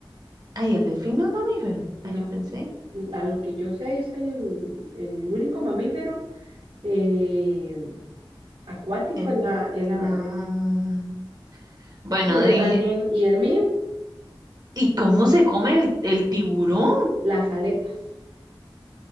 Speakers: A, on the right; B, on the right.
A: Ay, el delfín no es mamífero.
B: No,
A: Ay, yo pensé.
B: a lo que yo sé es el, el único mamífero eh, acuático
A: eh,
B: en la, en la
A: mm,
B: ballena.
A: bueno,
B: Sí, pero
A: dije,
B: yo también. Y el mío,
A: ¿y cómo se come el, el tiburón?
B: las aletas.